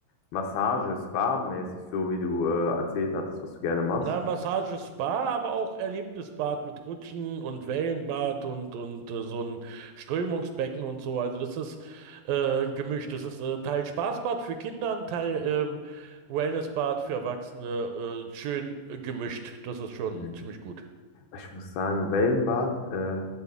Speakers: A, on the left; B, on the right.
A: Massage, Spa-mäßig, so wie du äh, erzählt hattest, was du gerne machst?
B: Na, Massage, Spa, aber auch Erlebnisbad mit Rutschen und Wellenbad und, und äh, so ein Strömungsbecken und so. Also das ist äh, gemischt. Das ist äh, Teil Spaßbad für Kinder, ein Teil ähm, Wellnessbad für Erwachsene. Äh, schön äh, gemischt. Das ist schon
A: Mhm.
B: ziemlich gut.
A: Ich muss sagen, Wellenbad. Äh,